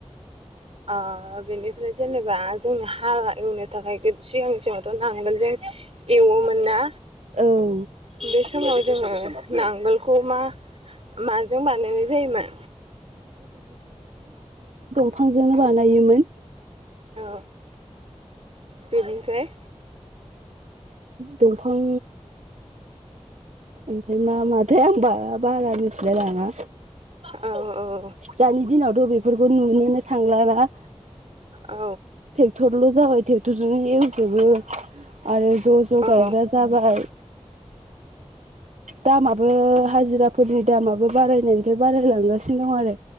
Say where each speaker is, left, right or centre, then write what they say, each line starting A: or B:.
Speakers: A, on the right (about 60°); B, on the right (about 80°).
A: ओ बेनिफ्राय जेनेबा जोंनो हाल एवनो थाखाय सिगांनि <unintelligible> माबा सिगांथ' नांगोन जां एवोमोन ना
B: औ
A: बे समाव जोङो नांगोलखौ मा माजों बानायनाय जायोमोन
B: बिफांजोंनो बानायोमोन
A: औ बेनिफ्राय
B: दंफां ओमफ्राय मा <unintelligible> आं बारा मिथिलाय लाङा
A: औ औ
B: दानि दिनावथ' बेफोरखौ नुनोनो थांला ना
A: औ
B: ट्रेक्टरल' जाबाय ट्रेक्टरजों एवजोबो आरो ज' ज'
A: औ
B: गायग्रा जाबाय दामा बो हाजिराफोरनि दामाबो बारायनायनिफ्राय बारायलांगासिनो दं आरो